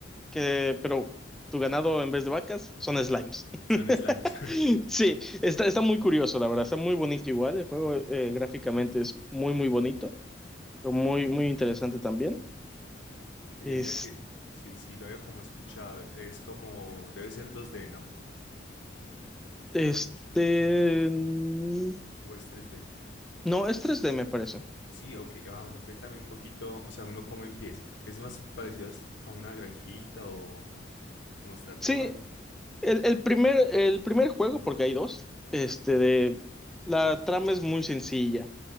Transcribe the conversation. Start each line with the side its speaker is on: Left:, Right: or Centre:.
Centre: que, pero tu ganado en vez de vacas son slimes.
Left: Son
Centre: <laughs>
Left: slimes.
Centre: Sí, está, está muy curioso, la verdad. Está muy bonito igual. El juego eh, gráficamente es muy, muy bonito, pero muy, muy interesante también.
Left: <laughs> Oye,
Centre: Este,
Left: mira que sí, sí lo había como escuchado. Es como, debe ser 2D, ¿no?
Centre: este, mm,
Left: O es 3D.
Centre: no, es 3D, me parece.
Left: Sí, ok. Ah, bueno, cuéntame un poquito, o sea, uno cómo empieza. ¿Es más parecido a s- a una granjita o como Stardew
Centre: Sí,
Left: Valley?
Centre: El, el primer, el primer juego, porque hay dos, este de la trama es muy sencilla.